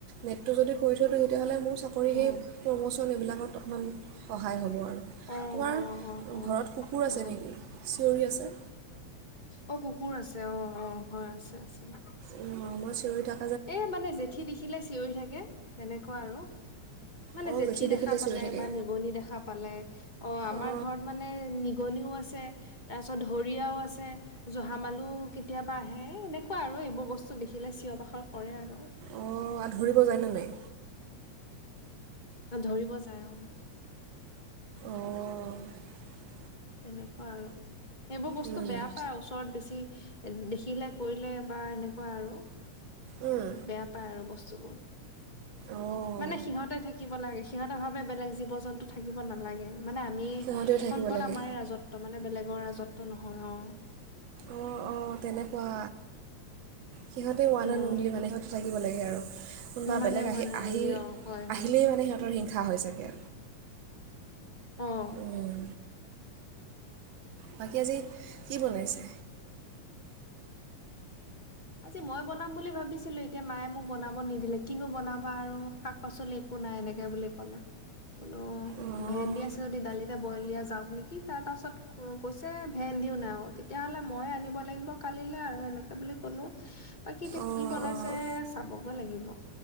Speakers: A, on the right (about 65°); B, on the left (about 15°).
A: নেটটো যদি কৰি থৈ দিও তেতিয়াহ'লে মোৰ চাকৰি সেই
B: অ
A: প্ৰম'চন এইবিলাকত অকণমান সহায় হ'ব আৰু
B: অ
A: তোমাৰ
B: অ অ অ অ
A: ঘৰত কুকুৰ আছে নেকি? চিঞৰি আছে।
B: অ কুকুৰ আছে অ অ হয় আছে আছে।
A: অ মই চিঞৰি থাকো
B: এ মানে জেঠী দেখিলে চিঞৰি থাকে তেনেকুৱা আৰু মানে
A: অঁ
B: জেঠী
A: দেখিলে
B: দেখা পালে
A: চিঞৰি থাকে
B: বা নিগনি দেখা পালে অ' আমাৰ
A: অঁ
B: ঘৰত মানে নিগনিও আছে তে। তাৰ পিছত ধৰিয়াও আছে জহামালো কেতিয়াবা আহে এনেকুৱা আৰু এইবোৰ বস্তু দেখিলে চিঞৰ বাখৰ। কৰে আৰু
A: অ' আ ধৰিব যায়নে নাই।
B: ন ধৰিব যায় অ।
A: অ'।
B: তেনেকে। ক আৰু সেইবোৰ বস্তু
A: উম,
B: বেয়া পায় ওচৰত বেছি দেখিলে। শিকিলে কৰিলে বা এনেকুৱা আৰু।
A: উম,
B: বেয়া পাই আৰু বস্তু বোৰ।
A: অঁ
B: মানে সিহঁতে থাকিব লাগে সিহঁতে ভাবে বেলেগ জীৱ জন্তু থাকিব নালাগে। মানে আমি
A: সিহঁতেও থাকিব
B: এখন ঘৰত
A: লাগে
B: আমাৰ ৰাজত্ব। মানে বেলেগৰ ৰাজত্ত্ব নহয় অ।
A: অ' অ' তেনেকুৱা। সিহাতে ৱন
B: উম
A: অন অনলী মানে। থাকিব লাগে আৰু। কোনোবা
B: মানে
A: বেলেগ
B: ওৱান
A: আহি
B: এণ্ড
A: আহি
B: অনলি অ হয় হয়
A: আহিলেই মানে সিহঁতৰ হিংসা হৈ চাগে
B: অহ।
A: উম, বাকী আজি কি বনাইছে।
B: আজি মই বনাম বুলি ভাবিছিলো এতিয়া মায়ে মোক বনাব নিদিলে কিনো বনাবা আৰু শাক পাচলি একো নাই এনেকে বুলি কলে বোলো
A: অঁ
B: ভেন্দি আছে যদি দালিতে বইল দিয়া যাওক নেকি তাৰ পাছত কৈছে ভেন্দিও নাই তেতিয়াহ'লে মইয়ে আনিব লাগিব কালিলৈ আৰু এনেকে বুলি চলো বাকী এতিয়া
A: অঁ
B: কি বনাইছে
A: অঁ
B: চাবগৈ লাগিব